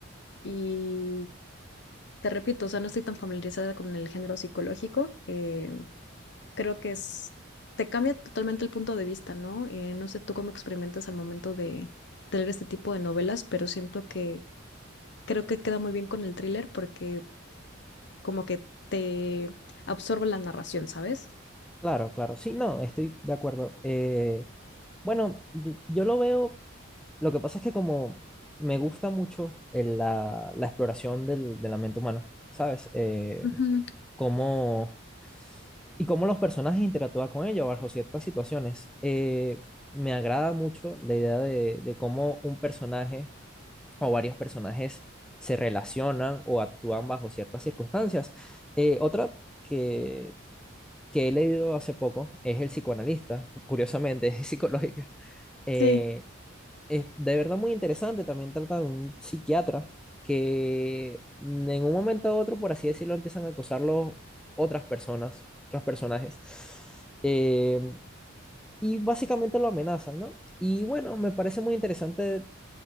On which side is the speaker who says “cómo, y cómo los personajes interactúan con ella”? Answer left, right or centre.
Centre